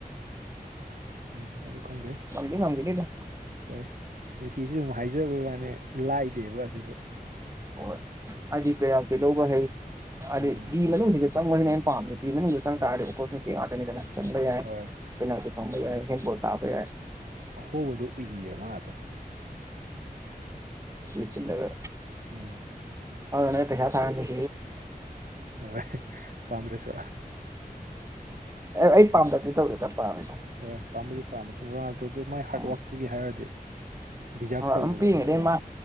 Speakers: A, on the right; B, on the right.
A: ꯎꯝ ꯑꯗꯨ ꯈꯪꯗꯦ
B: ꯃꯪꯗꯤ ꯅꯪꯒꯗꯤꯗ
A: ꯍꯣꯏ ꯉꯁꯤꯁꯨ ꯁꯨꯝ ꯍꯥꯏꯖꯕꯩ ꯋꯥꯅꯦ ꯂꯥꯏꯗꯦꯕ ꯑꯁꯤꯁꯨ
B: ꯍꯣꯏ ꯍꯥꯏꯗꯤ ꯀꯌꯥꯝ ꯀꯩꯗꯧꯕ ꯍꯩ ꯍꯥꯏꯗꯤ
A: ꯎꯝ
B: ꯖꯤ ꯃꯅꯨꯡꯁꯤꯗ ꯆꯪꯕꯅꯦ ꯄꯥꯝꯃꯤꯁꯦ
A: ꯍꯣꯏ
B: ꯀꯥꯅꯤꯗꯅ ꯆꯟꯕ ꯌꯥꯏ
A: ꯍꯣꯏ
B: ꯄꯦꯅꯥꯜꯇꯤ ꯐꯪꯕ ꯌꯥꯏ ꯍꯦꯟ ꯄꯣꯠ ꯇꯥꯕ ꯌꯥꯏ
A: ꯑꯍꯣꯕꯗꯨꯣ ꯎꯏꯌꯦ ꯃꯥ ꯑꯗꯨꯝ
B: ꯁ꯭ꯋꯆ ꯀꯔ
A: ꯎꯝ
B: ꯑꯣꯅ ꯄꯩꯁꯥ ꯊꯁꯤ
A: ꯍꯣꯏ ꯄꯥꯝꯗ꯭ꯔꯦꯁꯨ
B: ꯑꯦ ꯑꯩ ꯄꯥꯝꯗꯗꯤꯗꯤ ꯇꯧꯗꯇ ꯄꯥꯝꯃꯦꯗꯣ
A: ꯍꯣꯏ ꯄꯥꯝꯕꯗꯤ ꯄꯥꯝꯃꯦ ꯁꯨꯝ ꯔꯣꯅꯥꯜꯗꯣ ꯑꯗꯨꯣ ꯃꯥꯏ ꯍꯥꯔꯗ
B: ꯎꯝ
A: ꯋꯥꯔꯥꯛꯛꯇꯨꯒꯤ ꯍꯥꯏꯔꯗꯤ ꯗꯤꯖꯥꯔꯞ
B: ꯍꯣꯏ
A: ꯇꯧꯕꯗꯣ
B: ꯑꯗꯨꯝ ꯄꯤꯉ
A: ꯍꯟꯗꯛ
B: ꯑꯗꯩ ꯃꯥ